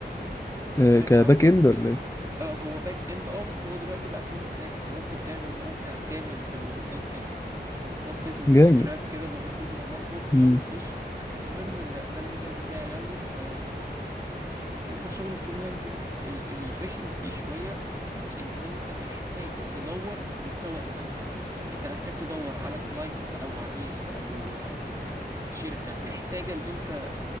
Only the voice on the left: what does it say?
آه
كباك
إند ولا إيه؟
جامد
مم.